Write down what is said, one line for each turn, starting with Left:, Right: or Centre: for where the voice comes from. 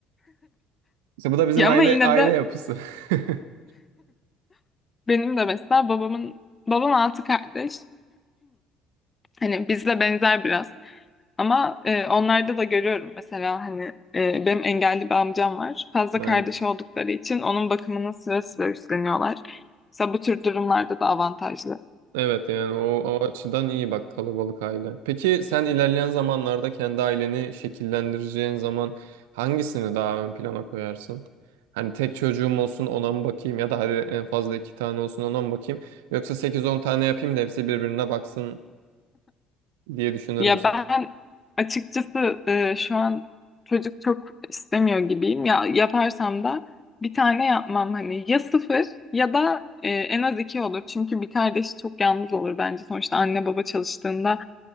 Right: <laughs> İşte bu da bizim
Left: Ya
Right: aile
Left: ama yine
Right: aile
Left: de
Right: yapısı. <laughs>
Left: benim de mesela babamın babam altı kardeş. Hani bizle benzer biraz. Ama e, onlarda da görüyorum mesela hani e, benim engelli bir amcam var. Fazla
Right: Evet.
Left: kardeş oldukları için onun bakımının sıra sıra üstleniyorlar. Mesela bu tür durumlarda da avantajlı.
Right: Evet yani o, o açıdan iyi bak kalabalık aile. Peki sen ilerleyen zamanlarda kendi aileni şekillendireceğin zaman hangisini daha ön plana koyarsın? Hani tek çocuğum olsun ona mı bakayım ya da hadi en fazla iki tane olsun ona mı bakayım? Yoksa sekiz on tane yapayım da hepsi birbirine baksın diye düşünür
Left: Ya
Right: müsün?
Left: ben açıkçası e, şu an çocuk çok istemiyor gibiyim. Ya yaparsam da bir tane yapmam hani ya sıfır ya da e, en az iki olur. Çünkü bir kardeşi çok yalnız olur bence. Sonuçta anne baba çalıştığında